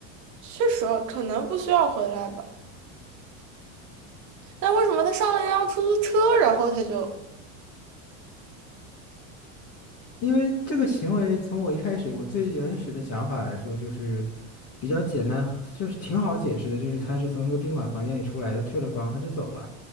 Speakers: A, on the right (about 45°); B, on the left (about 35°).
A: 确实啊可能不需要回来吧。但为什么他上了一辆出租车，然后他就
B: 因为这个行为从我一开始我最原始的想法来说，就是比较简单，就是 <laughs> 挺好解释的，就是他是从一个宾馆房间里出来的，退了房他就走了，